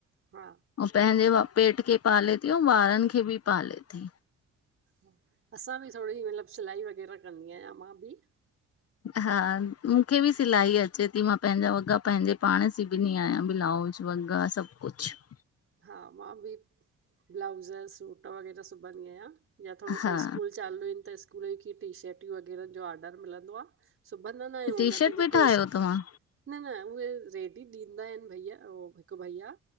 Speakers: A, on the right; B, on the left.
A: हा
B: ऐं पंहिंजे पेट खे पाले थी ऐं ॿारनि खे बि पाले थी
A: ह असां बि थोरी मतलबु सिलाई वग़ैरह कंदी आहियां मां बि
B: हा मूंखे बि सिलाई अचे थी मां पंहिंजा वॻा पंहिंजे पाण सिबंदी आहियां ब्लाउज वगा सभु कुझु
A: हा मां बि ब्लाउज़ सूट वग़ैरह सिबंदी आहियां या थोरो सो
B: हा
A: स्कूल चालू आहिनि त स्कूलूं कीअं टीशटियूं वग़ैरह जो ऑडर मिलंदो आहे सिबंद ना आहियूं
B: टी
A: हुन
B: शर्ट
A: ते
B: बि
A: जेको
B: ठाहियो
A: इ
B: तव्हां
A: न न उहे रेडी ॾींदा आहिनि भइया उह हिकु भइया।